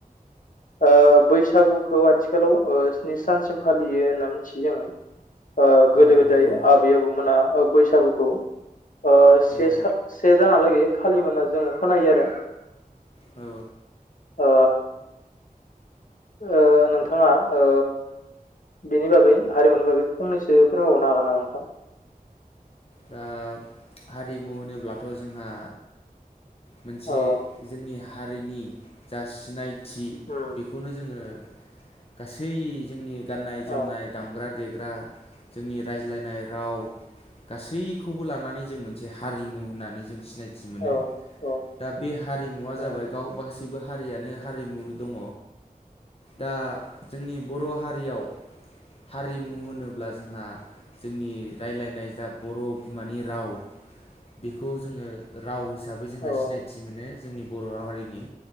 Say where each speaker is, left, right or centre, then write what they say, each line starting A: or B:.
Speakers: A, on the left (about 60°); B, on the left (about 40°).
A: ओ <unintelligible> बैसागुखौ आथिखालाव स्नि सानसिम फालियो होनना मिथियो जोङो। ओ गोदो
B: नोंथां
A: -गोदाय
B: औ
A: आबै -आबौमोना बैसागुखौ ओ से
B: औ
A: सा से दानहालागै फालिमोन होनना जोङो खोनायो आरो।
B: औ।
A: ओ ओ नोंथाङा ओ बिनि बागै हारिमुनि बागै फंनैसो फोरमायबावनो हागोन नामा नोंथां?
B: दा हारिमु होनोब्लाथ' जोंहा मोनसे
A: औ
B: जोंनि हारिनि जा सिनाय
A: उम
B: <unintelligible> बेखौनो जोङो गासै जोंनि गाननाय-
A: औ
B: जोमनाय दामग्रा <unintelligible> <unintelligible> जोंनि रायज्लायनाय राव गासैखौबो लानानै जों मोनसे हारिमु होननानै जों सिनायथि मोनो।
A: औ औ
B: दा बे हारिमुवा जाबाय
A: उम
B: गाव <unintelligible> हारियानो हारिमु दङ। दा जोंनि बर' हारियाव हारिमु होनोब्ला जोंहा, जोंनि रायलायनाय जा बर' बिमानि राव। बेखौ जोङो राव हिसाबै जोंहा
A: औ
B: सिनायथि मोनो। जोंनि बर' हारिनि